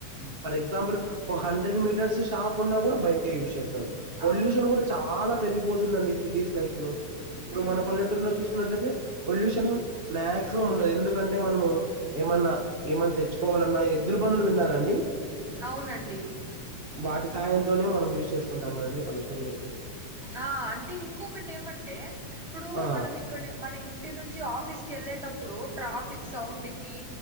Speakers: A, on the right (about 35°); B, on the right (about 20°).
A: ఫర్ ఎగ్జాంపుల్ ఒక హండ్రెడ్ మీటర్స్ షాప్ ఉన్నా కూడా బైకే యూస్ చేస్ స్తారు పొల్యుష్
B: అవును
A: షను కూడా చాలా పెరిగిపోతుందండి సిటీస్ లైఫ్ లో ఇప్పుడు
B: ఉమ్
A: మన పల్లెటూరులో చూసుకున్నట్లయితే పొల్యూషన్ మాక్సిమం ఉండదు ఎందుకం మనము ఏమన్నా ఏమ తెచ్చు వాలన్నా ఎద్దులు పనులు విన్నారండి
B: అవునండి
A: వాటి సహయంతోనే మనం యూస్ చేకుంటాము కదండీ పల్లె టర్లేతే
B: ఆ అంటే ఇంకొకటి ఏమంటే, ఇప్పుడు
A: ఆ
B: మనం ఇక్కడ మన ఇంటి నుంచి ఆఫీస్కి వెళ్ళేటప్పుడు, ట్రాఫిక్ సౌండ్ కి,